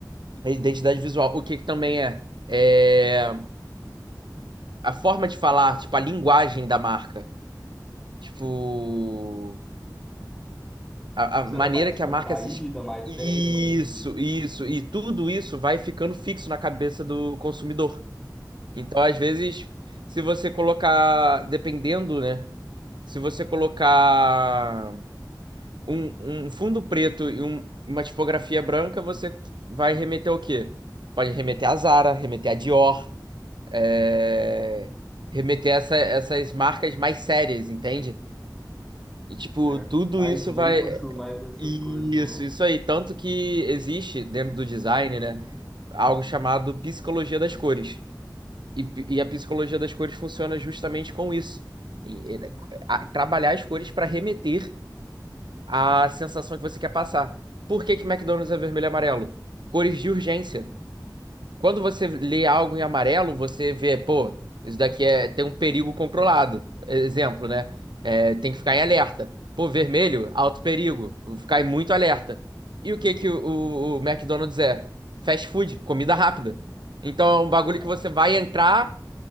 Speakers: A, on the right; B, in the centre.
A: a identidade visual. O que que também é? É a forma de falar, tipo, a linguagem da marca. Tipo, a,
B: Tipo,
A: a maneira
B: se ela é mais descontraída,
A: que a marca se... es-
B: mais
A: Isso,
B: séria, mais ou menos isso.
A: isso. E tudo isso vai ficando fixo na cabeça do consumidor. Então, às vezes, se você colocar, dependendo, né? Se você colocar um, um fundo preto e um- uma tipografia branca, você vai remeter ao quê? Pode remeter à Zara, remeter à Dior, é, remeter a essa- essas marcas mais sérias, entende? E, tipo,
B: É.
A: tudo
B: Mais
A: isso
B: luxo,
A: vai.
B: mais essas
A: Isso,
B: coisas assim, né?
A: isso aí. Tanto que existe dentro do design,
B: Uhum.
A: né? Algo chamado psicologia das cores E, pi- e a psicologia das cores funciona justamente com isso. E- e- né, a- trabalhar as cores para remeter à sensação que você quer passar. Por que que McDonald's é vermelho e amarelo? Cores de urgência. Quando você
B: Hum,
A: lê algo em amarelo, você vê, pô, isso daqui é, tem um perigo controlado. Exemplo, né? É, tem que ficar em alerta. Pô, vermelho, alto perigo. Vou Ficar em muito alerta. E o que que o, o o McDonald's é? Fast food, comida rápida. Então é um
B: legal.
A: bagulho que você vai entrar